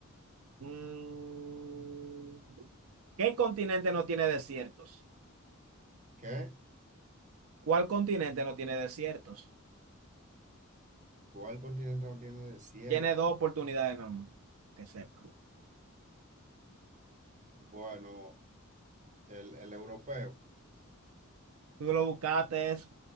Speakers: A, on the right; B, on the right.
A: Mm, ¿Qué continente no tiene desiertos?
B: ¿Qué?
A: ¿Cuál continente no tiene desiertos?
B: ¿Cuál continente no tiene desierto?
A: Tiene dos oportunidades nomás, que sepa.
B: Bueno, el, el europeo.
A: Tú lo buscaste eso,